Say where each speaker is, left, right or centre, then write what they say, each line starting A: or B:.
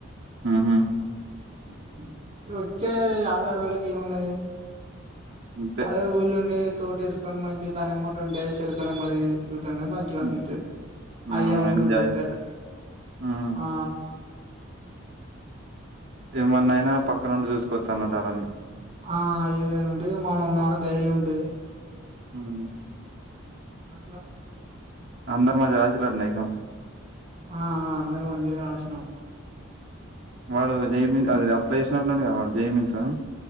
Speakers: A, on the right (about 60°); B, on the right (about 30°).
A: హ్ మ్
B: <inaudible> వచ్చే యాభై ఆరు వేలకి ఏమున్నది
A: అంతే.
B: అదే ఊర్ల ఉండి తోట ఏస్కొని మంచి దాన్నే వెంబట ఉంటే చిలకలమ్మ ఇక్కడ్నే మంచిగా అనిపిత్తది
A: హ్మ్. హ్మ్.
B: అయ్యా అవ్వ
A: ఎంజాయ్ బెటర్.
B: <inaudible>
A: హ్మ్.
B: ఆ
A: ఏమన్నయినా పక్కనుండి చూసుకోవచ్చు అన్నటారని
B: ఆ ఏదైనుంటే మనం ఉన్నా అన్న ధైర్యం ఉంటది
A: మ్
B: మట్ల
A: అందరు మంచిగా రాసిన్లటనా ఎగ్జామ్స్
B: ఆ ఆ అందరు మంచిగానే రాసినం
A: వాడు జై అది అప్లై చేసినట్టున్నడుగా వాడు జై మిన్స